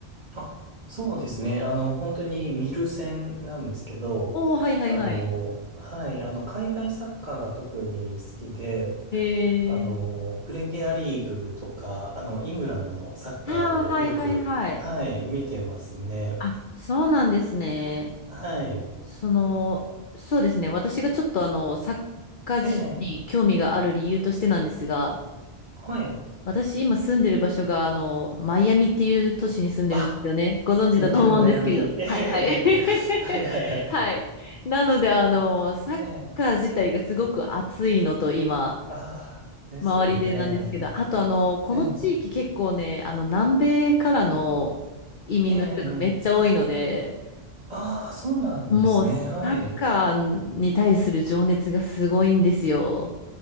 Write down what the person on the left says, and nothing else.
おー、はいはいはい。
へえ。
ああ、はいはいはい。
あ、そうなんですね。
その、そうですね。私がちょっとあの、サッカー事情に興味がある理由としてなんですが、
私今住んでる場所が、あの、マイアミっていう都市に住んでるんですよね。
ご存知だと思うんですけど。
はいはい。
<laughs>
はい。なので、あの、サッカー自体がすごく熱いのと今、
周りでなんですけど、あとあの、この地域結構ね、
あの、南米からの移民の人がめっちゃ多いので、
もうサッカーに対する情熱がすごいんですよ。